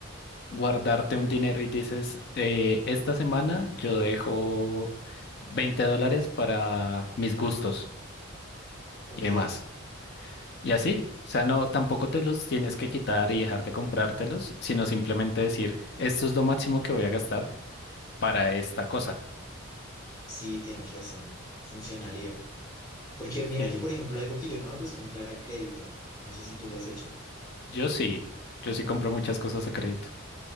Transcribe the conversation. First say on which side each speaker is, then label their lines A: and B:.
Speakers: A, on the left; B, on the left.
A: guardarte un dinero y dices, eh, esta semana yo dejo 20 dólares para mis gustos
B: Ok,
A: y demás. Y así, o sea, no, tampoco te los tienes que quitar y dejar de comprártelos, sino simplemente decir, esto es lo máximo que voy a gastar para esta cosa.
B: sí, tienes razón, funcionaría. Porque
A: Sí,
B: mira que, por ejemplo, algo que yo no hago es comprar a crédito. No sé si tú lo has hecho.
A: yo sí, yo sí compro muchas cosas a crédito.